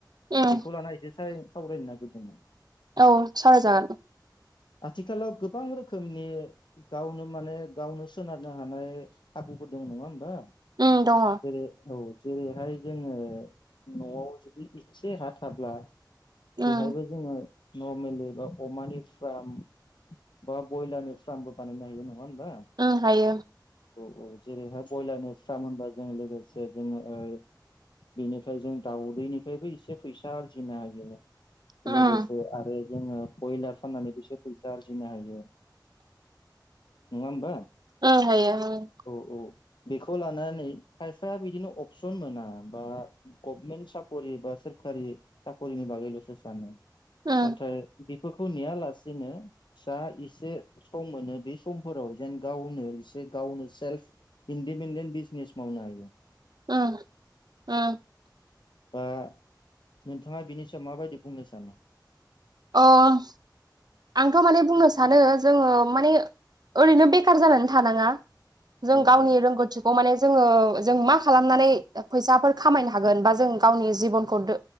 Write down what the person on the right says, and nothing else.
उम
औ सावराय जागोन।
उम दङ
उम
उम हायो
उम
ओं हायो ओं।
उम
उम उम।
अह थ' माने बुंनो सानो जोङो माने ओरैनो बेखार जानानै थानाङा। जों
गावनि
रोंगौथिखौ माने जोङो‌ जों मा खालामनानै फैसाफोर खामायनो हागोन बा जों गावनि जिबनखौ दो